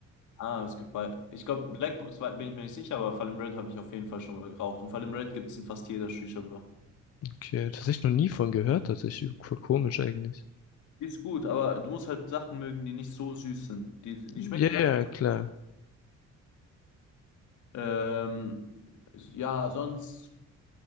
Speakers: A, on the left; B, on the left.
A: Ah, es gibt bei. Ich glaube, Blackbox war- bin ich mir nicht sicher, aber Fallen Red habe ich auf jeden Fall schon mal geraucht. Und Fallen Red gibt es in fast jeder Shisha-Bar.
B: Okay, tatsächlich noch nie von gehört, tatsächlich. Voll Komisch eigentlich.
A: Die ist gut, aber du musst halt Sachen mögen, die nicht so süß sind. Die, die
B: Ja,
A: schmeckt, die hat
B: ja, klar.
A: Ähm, ja, sonst,